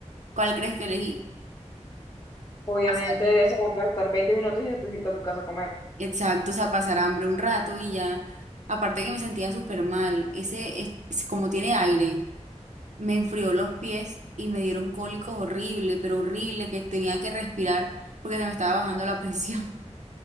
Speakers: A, on the right (about 75°); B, on the left (about 25°).
A: ¿cuál crees que elegí?
B: Obviamente,
A: Pasar.
B: eso va a tardar veinte minutos y después irte a tu casa a comer.
A: Exacto, o sea, pasar hambre un rato y ya. Aparte que me sentía súper mal. Ese, es, es- como tiene aire, me enfrió los pies y me dieron cólicos horrible, pero horrible, que tenía que respirar porque se me estaba bajando la <laughs> presión.